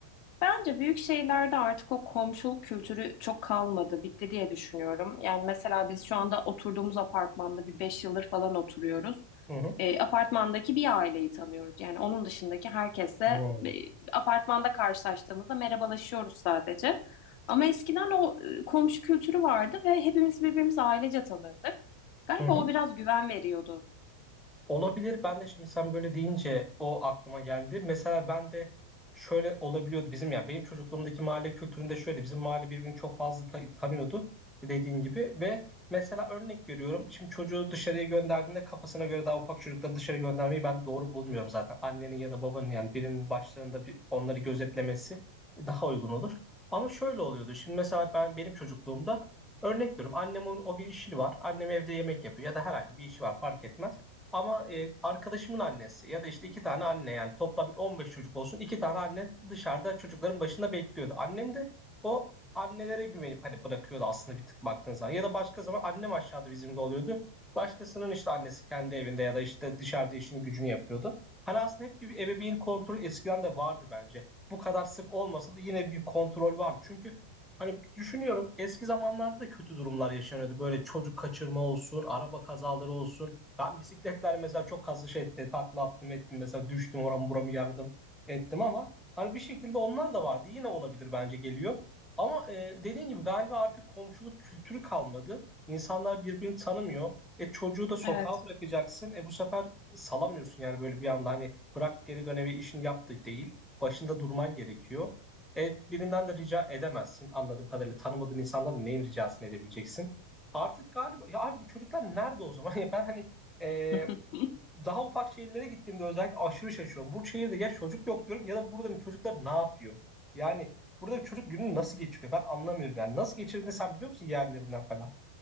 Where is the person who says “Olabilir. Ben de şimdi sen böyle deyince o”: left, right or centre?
Centre